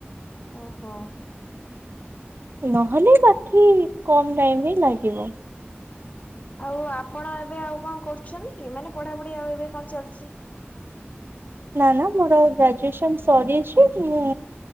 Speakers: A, on the left; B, on the right.
A: ଓହୋ।
B: ନହେଲେ ବାକି କମ୍ ଟାଇମ୍ ରେ ଲାଗିବ।
A: ଆଉ ଆପଣ ଏବେ ଆଉ କଣ କରୁଛନ୍ତି କି ମାନେ ପଢାପଢି ଆଉ ଏବେ କଣ ଚାଲିଚି?
B: ନା ନା ମୋର ଗ୍ରାଜୁଏସନ ସରିଛି। ମୁଁ